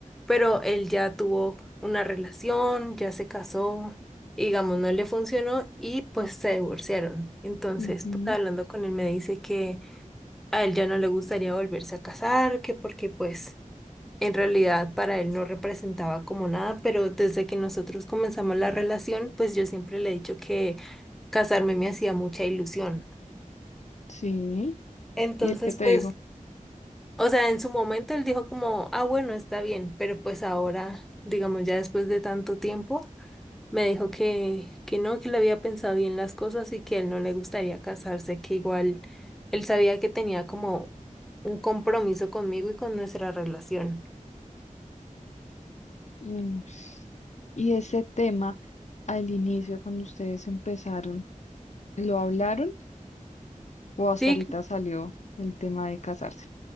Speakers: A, in the centre; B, on the left.
A: pero él ya tuvo una relación, ya se casó, y digamos, no le funcionó y pues se divorciaron. Entonces,
B: Ujú,
A: pues hablando con él me dice que a él ya no le gustaría volverse a casar, que porque pues en realidad para él no representaba como nada, pero desde que nosotros comenzamos la relación, pues yo siempre le he dicho que casarme me hacía mucha ilusión.
B: Sí,
A: Entonces,
B: ¿y el que te
A: pues,
B: dijo?
A: o sea, en su momento él dijo como, ah, bueno, está bien, pero pues ahora, digamos, ya después de tanto tiempo, me dijo que, que no, que le había pensado bien las cosas y que a él no le gustaría casarse, que igual él sabía que tenía como un compromiso conmigo y con nuestra relación.
B: Mm, Y ese tema, al inicio, cuando ustedes empezaron, ¿lo hablaron o hasta
A: Sí,
B: ahorita salió el tema de casarse?